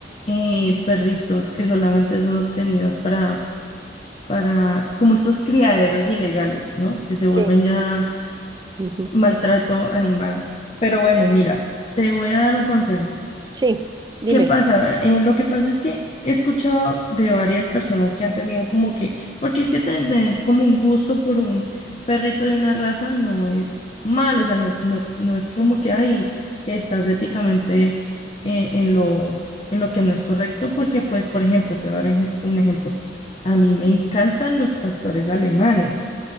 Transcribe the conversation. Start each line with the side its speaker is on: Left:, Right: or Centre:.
Left: eh, perritos que solamente son obtenidos para para, como estos criaderos ilegales, ¿no? Que se vuelven
Right: Sí.
Left: ya
Right: Ujú.
Left: maltrato animal. Pero bueno, mira, te voy a dar un consejo.
Right: Sí, dime.
Left: ¿Qué pasa? Eh, lo que pasa es que he escuchado de varias personas que han tenido como que, porque es que tener como un gusto por un perrito de una raza no es malo, o sea, no, no, no es que como que ahí estás éticamente eh, en lo, en lo que no es correcto, porque pues, por ejemplo, te voy a dar ej- un ejemplo. A mí me encantan los pastores alemanes